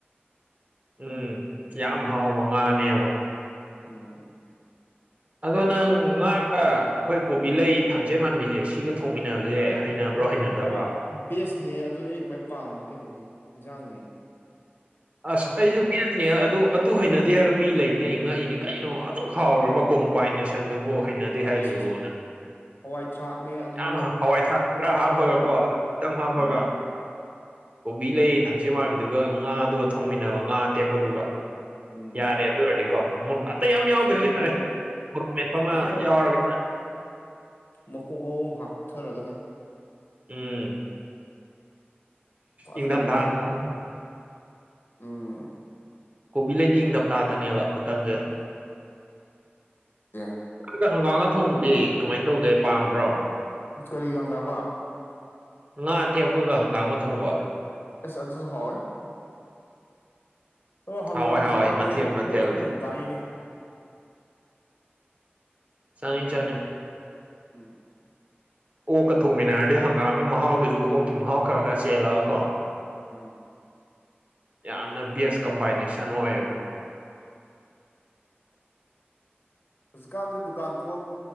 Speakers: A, on the right (about 35°); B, on the left (about 65°).
A: ꯎꯝ ꯌꯥꯝ ꯍꯥꯎꯕ ꯉꯥꯅꯦꯕ
B: ꯎꯝ
A: ꯑꯗꯣ ꯅꯪ ꯉꯥꯒ ꯑꯩꯈꯣꯏ ꯀꯣꯕꯤ ꯂꯩ ꯊꯝꯖꯦꯠ ꯃꯥꯟꯕꯤꯁꯦ ꯁꯤꯒ ꯊꯣꯡꯃꯤꯟꯅꯕꯁꯦ
B: ꯑꯁ
A: ꯍꯩꯅꯕ꯭ꯔꯣ
B: ꯑꯗꯨ
A: ꯍꯩꯅꯗꯕ꯭ꯔꯣ
B: ꯄꯨꯔꯥ ꯕꯦꯁꯅꯦ ꯑꯗꯨꯗꯤ ꯑꯩ ꯈ꯭ꯋꯥꯏ ꯄꯥꯝꯕ ꯀꯩꯅꯣꯅꯦ ꯏꯟꯁꯥꯡꯅꯦ
A: ꯑꯁ ꯑꯩꯁꯨ <unintelligible> ꯑꯗꯨ ꯑꯗꯨ ꯍꯩꯅꯗꯦ ꯍꯥꯏꯕ ꯃꯤ ꯂꯩꯅꯤ ꯑꯩ ꯉꯛ ꯏꯅꯦ ꯀꯩꯅꯣ ꯑꯗꯨ ꯍꯥꯎꯈ꯭ꯔꯕ ꯀꯣꯝꯕꯥꯏꯅꯦꯁꯟꯗꯨꯕꯨ ꯍꯩꯅꯗꯦ
B: ꯑꯁ
A: ꯍꯥꯏꯁꯤꯕꯨꯅ
B: ꯍꯋꯥꯏ ꯊ꯭ꯔꯥꯛꯅꯦ ꯑꯗꯨꯅꯦ
A: ꯌꯥꯝ ꯍꯋꯥꯏꯊ꯭ꯔꯥꯛ ꯈꯔ
B: ꯍꯥꯞꯆꯤꯜꯂꯒꯅꯦ
A: ꯍꯥꯞꯄꯒꯀꯣ ꯑꯂꯨ ꯈꯤꯇꯪ ꯍꯥꯞꯄꯒ
B: ꯎꯝ
A: ꯀꯣꯕꯤ ꯂꯩ ꯊꯝꯆꯦꯠ ꯃꯥꯟꯕꯤꯗꯨꯒ ꯉꯥꯗꯨꯒ ꯊꯣꯡꯃꯤꯟꯅꯕ ꯉꯥ ꯑꯇꯦꯛꯄꯗꯨꯒ
B: ꯎꯝ
A: ꯌꯥꯔꯦ ꯑꯗꯨꯔꯗꯤ ꯀꯣ ꯃꯤꯔꯣꯛ ꯑꯇꯩ ꯑꯥꯝ
B: ꯑꯁ
A: ꯌꯥꯎꯗ꯭ꯔꯥꯁꯨ
B: ꯑꯗꯨꯗꯤ
A: ꯌꯥꯔꯦ ꯃꯣꯔꯣꯛ ꯃꯦꯠꯄ ꯑꯃ
B: ꯀꯩꯝ ꯌꯥꯎꯗ꯭ꯔꯁꯨ
A: ꯌꯥꯎꯔꯒ
B: ꯑꯗꯨ
A: ꯌꯥꯔꯦ
B: ꯃꯀꯣꯛ ꯑꯍꯨꯝ ꯍꯥꯞꯊꯔꯒꯅꯦ
A: ꯎꯝ
B: ꯐꯖꯅ
A: ꯏꯪꯊꯝꯊꯥꯁꯦꯀꯣ
B: ꯅꯩꯗꯕ ꯌꯥꯔꯦ ꯎꯝ
A: ꯀꯣꯕꯤ ꯂꯩꯗꯤ ꯏꯪꯗꯝꯗꯥꯗꯅꯦꯕ ꯃꯇꯝꯁꯦ
B: ꯖꯦ
A: <unintelligible> ꯍꯪꯒꯥꯝꯒ ꯊꯣꯡꯕꯗꯤ ꯀꯃꯥꯏꯅ ꯇꯧꯒꯦ ꯄꯥꯝꯕ꯭ꯔꯣ
B: ꯀꯔꯤꯒ ꯍꯪꯒꯥꯥꯝꯒ
A: ꯉꯥ ꯑꯇꯦꯛꯄꯒ ꯍꯪꯒꯥꯝꯒ ꯊꯣꯡꯕ
B: ꯏꯁ ꯑꯗꯨꯁꯨ ꯍꯥꯎꯋꯦ ꯑꯗꯣ ꯍꯪꯒꯥꯝꯁꯦ
A: ꯍꯥꯎꯋꯦ ꯍꯥꯎꯋꯦ
B: ꯃꯥꯗꯤ
A: ꯃꯊꯦꯜ ꯃꯊꯦꯜꯅꯤ
B: ꯑꯣꯛꯀꯅ ꯍꯦꯟꯅ ꯆꯥꯅꯩꯅꯦ
A: ꯆꯅꯩ ꯆꯅꯩ
B: ꯎꯝ
A: ꯑꯣꯛꯀ ꯊꯣꯡꯃꯤꯟꯅꯔꯗꯤ ꯍꯪꯒꯥꯝꯒꯤ ꯃꯍꯥꯎꯗꯨꯁꯨ ꯑꯣꯛꯀꯤ ꯃꯍꯥꯎ ꯈꯔ ꯈꯔ ꯆꯦꯜꯂꯒ ꯀꯣ
B: ꯎꯝ
A: ꯌꯥꯝꯅ ꯕꯦꯁ ꯀꯝꯕꯥꯏꯅꯦꯁꯟ ꯑꯣꯏꯌꯦꯕ
B: ꯎꯝ ꯍꯧꯖꯤꯛꯀꯥꯟꯗꯤ ꯗꯨꯀꯥꯟ ꯄꯣꯠ